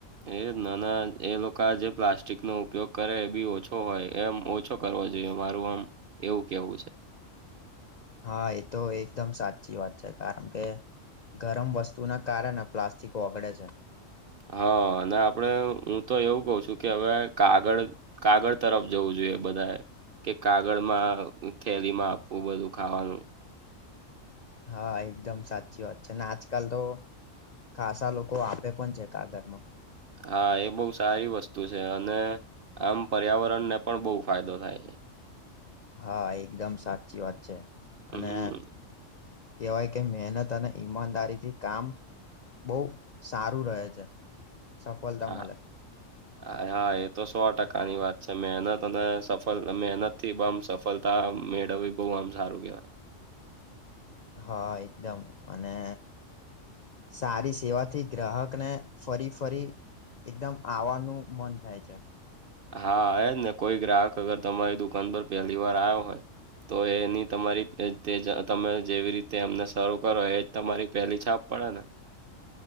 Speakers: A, on the right; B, on the left.
A: એ નાના એ લોકો આ જે પ્લાસ્ટિક નો ઉપયોગ કરે એ બી ઓછો હોય એમ ઓછો કરવો જોઈએ, મારું આમ એવું કેવું છે.
B: હા એ તો એકદમ સાચી વાત છે. કારણ કે ગરમ વસ્તુના કારણે પ્લાસ્ટિક ઓગળે છે.
A: હા અને આપણે હું તો એવું કઉ છું કે હવે કાગળ કાગળ તરફ જવું જોઈએ બધાએ. કે કાગળમાં થેલીમાં આપવું બધું ખાવાનું.
B: હા એકદમ સાચી વાત છે ને આજકાલ તો ખાસા લોકો આપે પણ છે કાગળમાં.
A: હા એ બહુ સારી વસ્તુ છે અને આમ પર્યાવરણને પણ બહુ ફાયદો થાય છે.
B: હા, એકદમ સાચી વાત છે
A: હમ
B: અને કહેવાય કે મહેનત અને ઈમાનદારીથી કામ બહુ સારું રહે છે. સફળતા
A: હા.
B: મળે
A: હ હા એ તો સો ટકાની વાત છે. મહેનત અને સફલ મહેનત થી બમ સફલ તા મેળવી બહુ આમ સારું કેહેવાય.
B: હા એકદમ અને સારી સેવાથી ગ્રાહકને ફરી ફરી એકદમ આવાનું મન થાય છે.
A: હા એ જ ને કોઈ ગ્રાહક અગર તમારી દુકાન પર પેલી વાર આવ્યો હોય તો એની તમારી તે જ તમે જેવી રીતે એમને સારું કરો એ તમારી પેલી છાપ પડે ને.